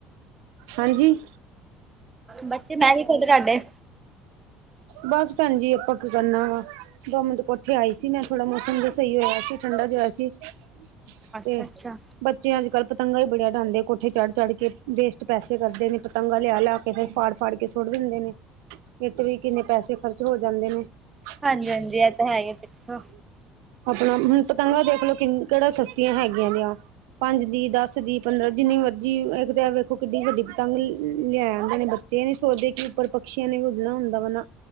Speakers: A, on the right; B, on the right.
A: ਹਾਂਜੀ
B: ਬੱਚੇ ਮੈਂ ਕਿਆ ਕੀ ਕਦੇ ਤਾਡੇ
A: ਬਸ ਭੈਣ ਜੀ ਆਪਾਂ ਕੀ ਕਰਨਾ ਵਾ ਦੋ- ਮਿੰਟ ਕੋਠੇ ਆਈ ਸੀ ਮੈਂ ਥੋੜਾ ਮੌਸਮ ਜੋ ਸਹੀ ਹੋਇਆ ਸੀ, ਠੰਡਾ ਜਿਹਾ ਸੀ। ਹ <inaudible>
B: ਅੱਛਾ, ਅੱਛਾ
A: ਬੱਚੇ ਅਜਕੱਲ ਪਤੰਗਾ ਬੜੀਆਂ ਆਡਾਂਦੇ ਕੋਠੇ ਚੜ੍ਹ -ਚੜ੍ਹ ਕੇ, ਵੇਸਟ ਪੈਸੇ ਕਰਦੇ ਨੇ ਪਤੰਗਾ ਲਿਆ- ਲਿਆ ਕੇ ਫਿਰ ਫਾੜ -ਫਾੜ ਕੇ ਸੁਟ ਦਿੰਦੇ ਨੇ। ਇਥੇ ਵੀ ਕਿੰਨੇ ਪੈਸੇ ਖਰਚ ਹੋ ਜਾਂਦੇ ਨੇ,
B: ਹਾਂਜੀ
A: ਹਾਜੀ
B: ਹਾਂਜੀ
A: ਹਾਜੀ ਇਹ ਤਾਂ ਹੈ।
B: ਹੀ ਦੇਖੋ
A: ਆਪਣਾ ਹੁਣ ਪਤੰਗਾ ਦੇਖਲਓ ਕਿੰਨ, ਕਿਹੜਾ ਸਸਤੀਆਂ ਹੈਗੀਆਂ ਨੇਆਂ ਪੰਜ ਦੀ, ਦਸ ਦੀ। ਸ਼ਦੱਸ ਦੀ ਪੰਦਰਾਂ ਜਿੰਨੀ ਮਰਜ਼ੀ ਇੱਕ ਤੇ ਵੇਖੋ ਕਿੱਡੀ ਵੱਡੀ ਪਤੰਗ ਲ ਲਿਆ ਆਂਦੇ ਨੇ ਬੱਚੇ। ਜੇ ਨੀ ਸੋਚਦੇ ਕਿ ਉੱਪਰ ਪਕਛੀਆਂ ਨੇ ਉੱਡਣਾ ਹੁੰਦਾ ਵਾ ਨਾ।